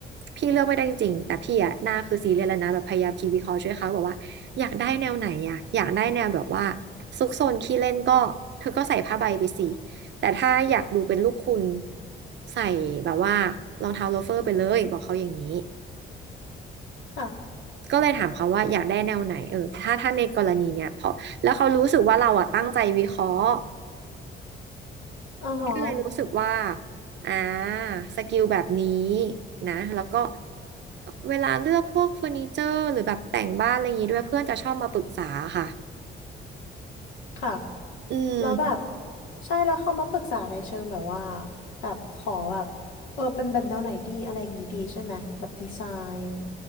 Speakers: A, on the right (about 60°); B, on the left (about 85°).
A: พี่เลือกไม่ได้จริงๆแต่พี่อะหน้าคือซีเรียสแล้วนะแบบพยายามคิดวิเคราะห์ช่วยเขาบอกว่าอยากได้แนวไหนอะอยากได้แนวแบบว่าซุกซนขี้เล่นก็เธอก็ใส่ผ้าใบไปสิแต่ถ้าอยากดูเป็นลูกคุณใส่แบบว่ารองเท้าโลเฟอร์ไปเลยบอกเขาอย่างนี้
B: ค่ะ
A: ก็เลยถามเขาว่าอยากได้แนวไหนเออถ้าถ้าในกรณีเนี้ยพอแล้วเขารู้สึกว่าเราอะตั้งใจวิเคราะห์
B: อือฮะ
A: พี่ก็เลยรู้สึกว่าอ่าสกิลแบบนี้นะแล้วก็เวลาเลือกพวกเฟอร์นิเจอร์หรือแบบแต่งบ้านอะไรอย่างงี้ด้วยเพื่อนจะชอบมาปรึกษาค่ะ
B: ค่ะ
A: อืม
B: แล้วแบบใช่แล้วเขามาปรึกษาในเชิงแบบว่าแบบขอแบบเออเป็นแบบแนวไหนดีอะไรอย่างงี้ดีใช่ไหมแบบดีไซน์